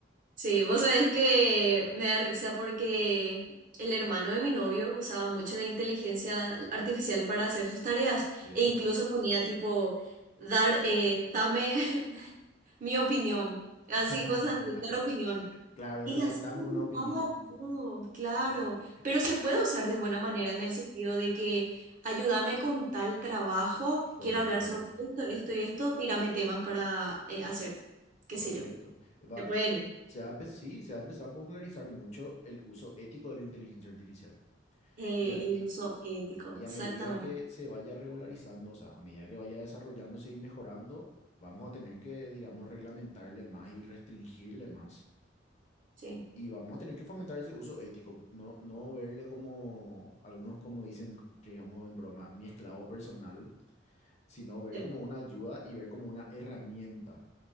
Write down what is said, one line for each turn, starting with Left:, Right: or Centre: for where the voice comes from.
Right: Sí, vos sabés que me da risa porque el hermano de mi novio usaba mucho la inteligencia artificial para hacer sus tareas
Left: Sí.
Right: e incluso ponía tipo, dar, eh, dame <laughs> mi opinión,
Left: <laughs>
Right: así, cosas así, dar opinión.
Left: Claro,
Right: Y
Left: redactame
Right: así comenzaba
Left: una opinión.
Right: todo, claro.
Left: Sí,
Right: Pero se puede usar de buena manera en el sentido de que ayúdame con tal trabajo,
Left: correcto.
Right: quiero hablar sobre esto, esto y esto, tírame temas para eh, hacer, qué
Left: Correcto.
Right: sé yo.
Left: Va-
Right: Se pueden ir.
Left: se va a empe- sí, se va a empezar a popularizar mucho el uso ético de la inteligencia artificial.
Right: Eh,
Left: Y a,
Right: el
Left: y-
Right: uso ético,
Left: y
Right: exactamente.
Left: a medida que se vaya regularizando, o sea, a medida que vaya desarrollándose y mejorando, vamos a tener que, digamos, reglamentarle más y restringirle más.
Right: Sí,
Left: Y vamos a tener que fomentar ese uso ético, no, no verle como algunos como dicen, digamos en broma, mi esclavo personal, sino ver
Right: sí.
Left: como una ayuda y ver como una herramienta